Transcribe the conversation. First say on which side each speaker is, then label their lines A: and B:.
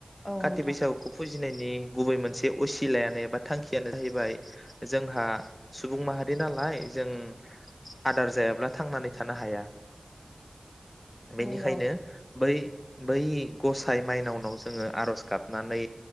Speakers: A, on the left (about 40°); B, on the left (about 25°).
A: औ
B: काथि
A: नोंथां
B: बैसागुखौ फुजियो थिनायनि गुबै मोनसे असिलायानो एबा थांखियानो जाहैबाय जोंहा सुबुं माहारि नालाय जों आदार जायाब्ला थांनानै थानो हाया बेनिखायनो
A: नंगौ
B: बै बै गसाइ माइनावनाव जोङो आरज गाबनानै